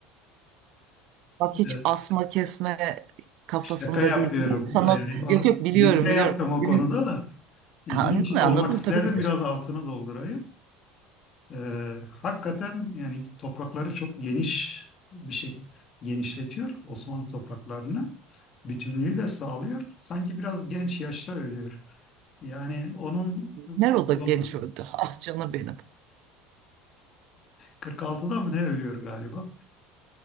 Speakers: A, on the right; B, on the left.
A: Bak hiç
B: Evet,
A: asma kesme kafasında
B: Şaka yapıyorum.
A: değil. Sanat
B: Yani o,
A: yok yok biliyorum
B: nükte
A: biliyorum.
B: yaptım o
A: Benim,
B: konuda da. E,
A: Anladım
B: niçin
A: anladım
B: olmak isterdim
A: tabii ki de.
B: biraz altını doldurayım. Ee, hakikaten yani toprakları çok geniş bir şey genişletiyor Osmanlı topraklarını. Bütünlüğü de sağlıyor. Sanki biraz genç yaşta ölüyor. Yani onun
A: Nero'da
B: yolu
A: genç öldü. <laughs> Ah canım benim.
B: 46'da mı ne ölüyor galiba.